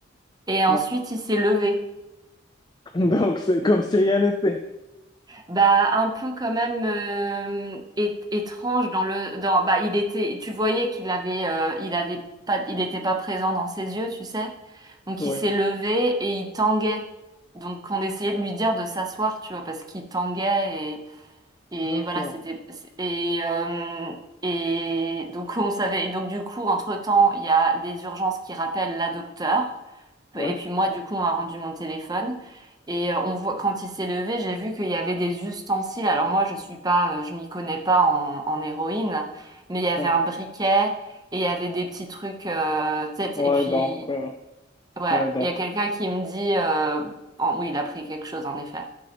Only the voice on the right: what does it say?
et ensuite
il s'est levé.
Bah, un peu quand même euh, é- étrange dans le dans bah il était tu voyais qu'il avait euh, il avait pas il était pas présent dans ses yeux, tu sais. Donc
il s'est levé et il tanguait. Donc on essayait de lui dire de s'asseoir, tu vois, parce qu'il tanguait et et
voilà, c'était c'est- et euh, et donc on savait et donc du coup entre-temps, il y a les urgences qui rappellent la docteure
et puis moi, du coup, on a rendu mon téléphone. Et euh, on voit, quand il s'est levé, j'ai vu qu'il y avait des ustensiles. Alors moi, je suis pas, euh, je m'y connais pas en, en héroïne, mais il y avait
un briquet et il y avait des petits trucs. euh, tu sais,
et puis,
ouais,
il y a quelqu'un qui me dit, euh, oh, oui, il a pris quelque chose en effet.